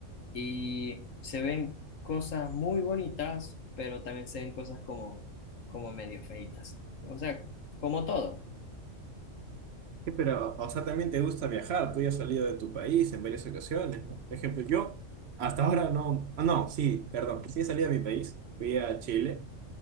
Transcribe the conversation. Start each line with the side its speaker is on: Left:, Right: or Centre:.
Left: Y se ven cosas muy bonitas, pero también se ven cosas como, como medio feitas. O sea, como todo.
Right: Sí, pero, o sea, también te gusta viajar, tú ya has salido de tu país en varias ocasiones, ¿no? Por ejemplo, yo hasta ahora no, ah, no, sí, perdón, sí he salido de mi país, fui a Chile,